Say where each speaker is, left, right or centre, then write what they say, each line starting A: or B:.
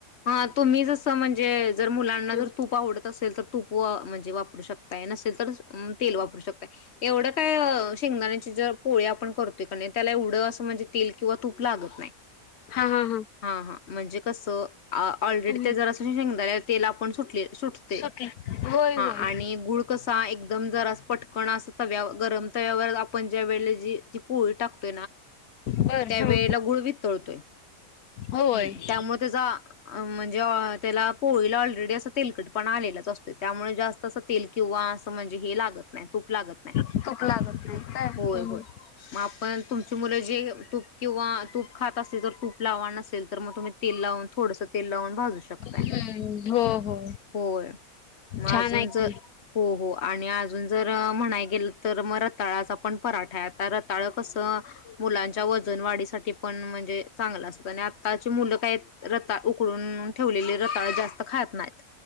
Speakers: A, on the left; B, on the left.
A: हा तुम्ही जसं म्हणजे जर मुलांना
B: हा
A: जर तूप आवडं असेल तर तूप म्हणजे वापरू शकता ना तर तेल वापरू शकता एवढं काय शेंगदाण्याची जर पोळ्या आपण करतोय कारण त्याला एवढं असं म्हणजे तेल किंवा तूप लागत नाही
B: हा, हा, हा
A: हां हां म्हणजे कसं ऑलरेडी
B: हा
A: ते जर असं शेंग तेला आपण सुटली सुटते
B: सुके होय
A: हा
B: होय
A: आणि गुळ कसा एकदम जर पटकन तव्या गरम आपण ज्या वेळेला जी ती पोळी टाकत
B: बर
A: त्यावेेळेला
B: हा
A: गुळ वितळतोय
B: होय
A: हम् त्यामुळे त्याचा म्हणजे त्याला पोळीला ऑलरेडी असं तेलकट पण आलेलंच असत त्यामुळे जास्त असं तेल किंवा असं म्हणजे हे लागत नाही तूप लागत नाही
B: तूप लागत नाही काय हम्म
A: होय होय म आपण तुमची मुलं जे तूप किंवा तूप खात असे जर तूप लावा नसेल तर मग तुम्ही तेल लावून थोडस ते लावून भाजू शकताय
B: हम्म हो हो
A: होय मग
B: छान
A: अजून
B: आहे
A: ज
B: की
A: हो, हो आणि अजून जर म्हणाय गेले तर मग रताळाचा पण पराठा आहे आता रताळ कस मुलांच्या वजन वाढीसाठी पण म्हणजे चांगला असते आत्ताची मुलं काय रताळे उकडून ठेवलेली रताळ जास्त खात नाहीत